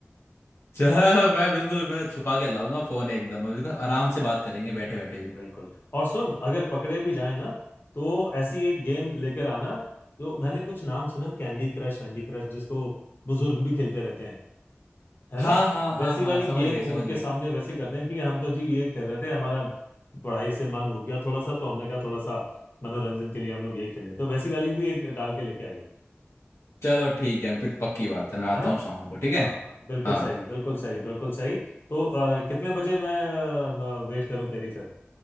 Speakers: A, on the left; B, on the left.
A: चल मैं बिल्कुल मैं छुपा के लाऊंगा फोन एकदम अभी तो
B: हाँ
A: आराम से बात करेंगे बैठे बैठे भी
B: बिल्कुल और सुन अगर पकड़े भी जाए ना तो ऐसी एक गेम लेकर आना जो मैंने कुछ नाम सुना कैंडी क्रश वैंडी क्रश जिसको बुजुर्ग भी खेलते रहते हैं है ना
A: हाँ हाँ हाँ
B: वैसी
A: हाँ
B: वाली
A: समझ
B: गेम
A: गए समझ
B: उनके
A: गए
B: सामने वैसे करते हैं कि हम तो जी ये खेल रहे थे हमारा पढ़ाई से मन हो गया थोड़ा सा तो हमने कहा थोड़ा सा मनोरंजन के लिए हम लोग ये खेले तो वैसी वाली भी एक डाल के लेके आई हो
A: चलो ठीक है फिर पक्की बात है मैं आता
B: है ना
A: हूँ शाम को ठीक है
B: हाँ बिल्कुल
A: हाँ
B: सही बिल्कुल सही बिल्कुल सही तो अ, कितने बजे मैं वेट करूं तेरी फिर